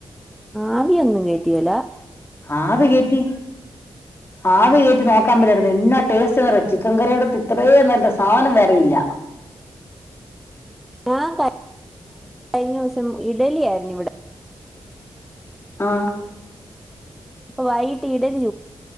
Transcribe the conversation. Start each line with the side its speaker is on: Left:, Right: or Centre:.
Centre: ആവിയൊന്നും കേറ്റുകേല
Left: ആവികേറ്റി ആവികേറ്റി നോക്കാം മേലായിരുന്നോ എന്നാ ടേസ്റ്റ് സ്റ്റിനറിയോ ചിക്കൻ കറിയോടൊത്ത് ഇത്രേം നല്ല സാനം വേറെ ഇല്ല
Centre: ഞാൻ കഴി കഴിഞ്ഞൂസം ഇഡലിയായിരുന്നു ഇവടെ
Left: ആഹ്
Centre: അപ്പൊ വൈകിട്ട് ഇഡലി